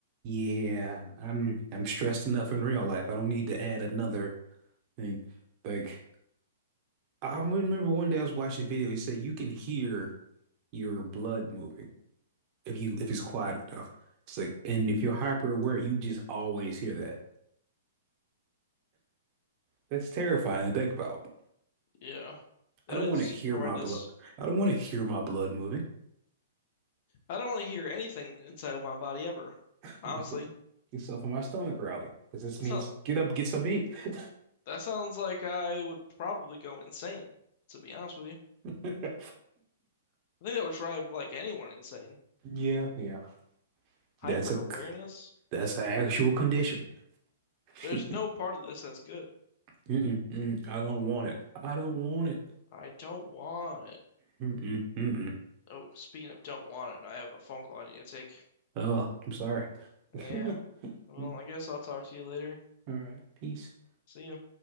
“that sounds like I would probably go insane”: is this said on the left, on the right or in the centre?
Left